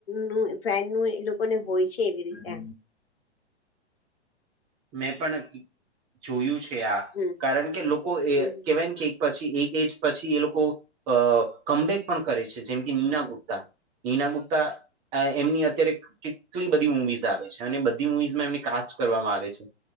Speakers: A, on the left; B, on the right.
A: નું ફન નું એ લોકોને હોય છે એવી રીતે.
B: મેં પણ જોયું છે આ
A: હમ
B: કારણ કે લોકો એ
A: હમ
B: કેવાય કે પછી એક એજ પછી એ લોકો અ કમબેક પણ કરે છે જેમ કે નીના ગુપ્તા. હઈના ગુપ્તા એમની અત્યારે કેટલી બધી મુવીઝ આવે છે અને બધી મુવીઝમાં એમને કાસ કરવામાં આવે છે.